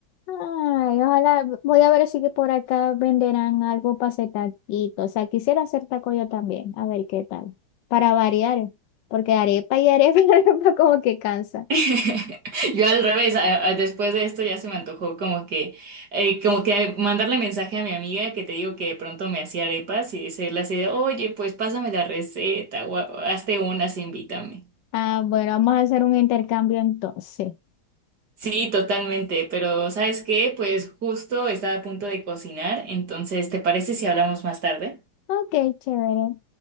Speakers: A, on the left; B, on the right.
A: Ay, ojalá, voy a ver si que por acá venderán algo para hacer taquito. O sea, quisiera hacer taco yo también, a ver qué tal. Para variar, porque arepa y arepa y <laughs> arepa como que cansa.
B: <laughs> Yo al revés, a- a- después de esto ya se me antojó como que, eh, como que mandarle mensaje a mi amiga que te digo que de pronto me hacía arepas y decirle así de, oye, pues pásame la receta o ha- hazte unas, invítame.
A: Ah, bueno, vamos a hacer un intercambio entonces.
B: Sí, totalmente, pero ¿sabes qué? Pues justo estaba a punto de cocinar, entonces, ¿te parece si hablamos más tarde?
A: Ok, chévere.